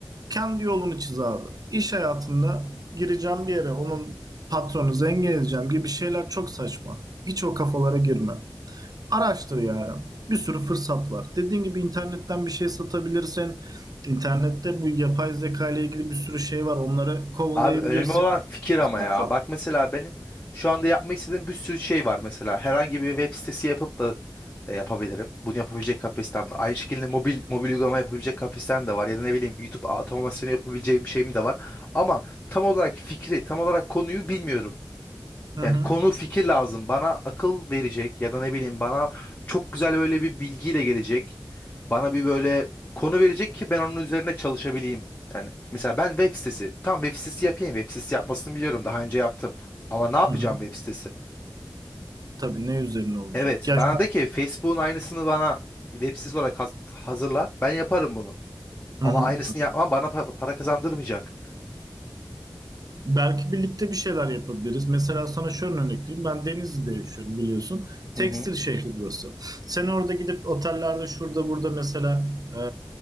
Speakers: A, on the right; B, on the left.
A: Kendi yolunu çiz abi. İş hayatında gireceğim bir yere onun patronu zengin edeceğim gibi şeyler çok saçma. Hiç o kafalara girme. Araştır ya. Bir sürü fırsat var. Dediğin gibi internetten bir şey satabilirsin. İnternette bu yapay zeka ile ilgili bir sürü şey var. Onları kovalayabilirsin.
B: Abi önemli olan fikir
A: Fırsat
B: ama ya.
A: çok.
B: Bak mesela benim şu anda yapmak istediğim bir sürü şey var mesela. Herhangi bir web sitesi yapıp da e, yapabilirim. Bunu yapabilecek kapasitem var. Aynı şekilde mobil mobil uygulama yapabilecek kapasitem de var. Ya da ne bileyim YouTube otomasyonu yapabileceğim şeyim de var. Ama tam olarak fikri, tam olarak konuyu bilmiyorum.
A: Hı
B: Yani
A: hı.
B: konu fikir lazım. Bana akıl verecek ya da ne bileyim bana çok güzel böyle bir bilgiyle gelecek. Bana bir böyle konu verecek ki ben onun üzerine çalışabileyim. Yani mesela ben web sitesi. Tamam web sitesi yapayım. Web sitesi yapmasını biliyorum. Daha önce yaptım. Ama ne yapacağım
A: Hı hı.
B: web sitesi?
A: Tabii ne üzerine olacak?
B: Evet
A: Ya
B: bana
A: şu-
B: de ki Facebook'un aynısını bana web sitesi olarak haz- hazırla. Ben yaparım bunu. Ama
A: Hı hı.
B: aynısını yapmam bana pa- para kazandırmayacak.
A: Belki birlikte bir şeyler yapabiliriz. Mesela sana şöyle örnek vereyim. Ben Denizli'de yaşıyorum biliyorsun. Tekstil
B: Hı hı.
A: şehri burası. Sen orada gidip otellerde şurada burada mesela e,